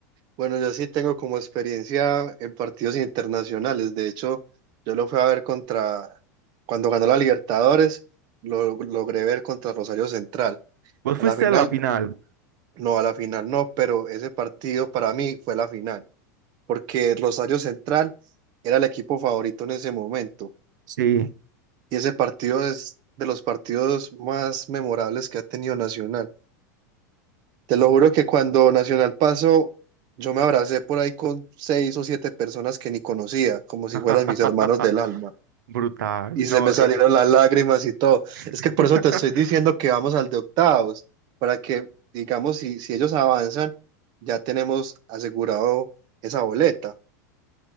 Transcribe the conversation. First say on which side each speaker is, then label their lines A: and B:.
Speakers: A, on the right (about 45°); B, on the right (about 85°).
A: Bueno, yo sí tengo como experiencia en partidos internacionales. De hecho, yo lo fui a ver contra, cuando ganó la Libertadores, lo logré ver contra Rosario Central.
B: ¿Vos
A: A
B: fuiste
A: la final,
B: a la final?
A: no, a la final no, pero ese partido para mí fue la final, porque Rosario Central era el equipo favorito en ese momento.
B: Sí.
A: Y ese partido es de los partidos más memorables que ha tenido Nacional. Te lo juro que cuando Nacional pasó, yo me abracé por ahí con seis o siete personas que ni conocía, como si
B: <laughs>
A: fueran mis hermanos del alma.
B: Brutal.
A: Y
B: No,
A: se me salieron
B: eh,
A: las lágrimas y todo.
B: <laughs>
A: Es que por eso te estoy diciendo que vamos al de octavos, para que, digamos, si, si ellos avanzan, ya tenemos asegurado esa boleta.